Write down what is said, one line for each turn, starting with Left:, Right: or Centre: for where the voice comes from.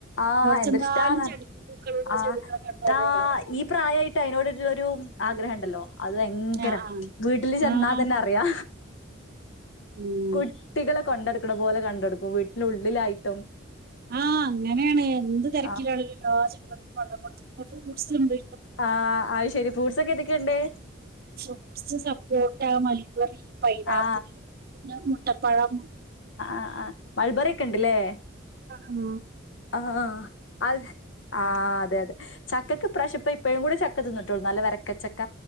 Left: ആഹ്
Right: എവിടെ
Left: എന്തൊരു
Right: ചെന്നാലും
Left: ഇഷ്ട്ടാ
Right: ചെടി പൂക്കളുള്ള
Left: ആഹ്
Right: ചെടികളെ കണ്ടാല്
Left: താ
Right: അവിടെ വന്ന്
Left: ഈ പ്രായായിട്ട് അയ്നോടുള്ളൊരു ആഗ്രഹം ഇണ്ടല്ലോ അത് ഭയ ഇങ്കര
Right: ആഹ്
Left: വീട്ടില് ചെന്നാതന്നെ
Right: ആഹ് ആഹ്
Left: അറിയാ
Right: ഉം
Left: കു കുട്ടികളെ കൊണ്ടട്ക്ണെ പോലെ കോണ്ടട്ക്കും വീട്ടിനുള്ളിലായിട്ടും
Right: ആഹ് അങ്ങനെണ് എന്ത് തെരക്കിലാണല്ലല്ലോ
Left: ആ
Right: എല്ലാ ചെടികൾക്കും വെള്ളം കൊട്ത്ത് ഫ്രൂട്സ് ഇണ്ട്
Left: ആഹ് അഹ്ശെരി ഫ്രൂട്ട്സൊക്കെ ഏതൊക്കെണ്ട്?
Right: ഫ്രൂട്ട്സ് സപ്പോട്ടാ, മൾബെറി പൈനാപ്പിൾ,
Left: ആ
Right: പിന്നെ മുട്ടപ്പഴം
Left: ആഹ് ആഹ് മൾബെറി ഒക്കെ ഇണ്ട്ലേ?
Right: ഉം
Left: ആഹ് ആഹ് ആഹ് അതെ അതെ ചക്കക്ക് ഇപ്രാവശ്യം ഇപ്പ ഇപ്പഴും കൂടെ ച ക്ക തിന്നിട്ടൊള്ളൂ നല്ല വരക്കച്ചക്ക